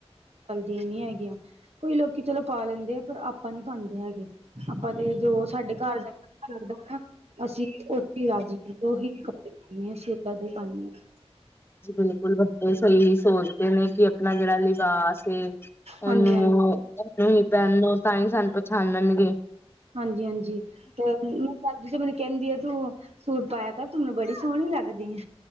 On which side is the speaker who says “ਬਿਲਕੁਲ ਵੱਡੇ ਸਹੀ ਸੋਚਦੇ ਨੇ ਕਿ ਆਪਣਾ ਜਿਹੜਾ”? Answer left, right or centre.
Left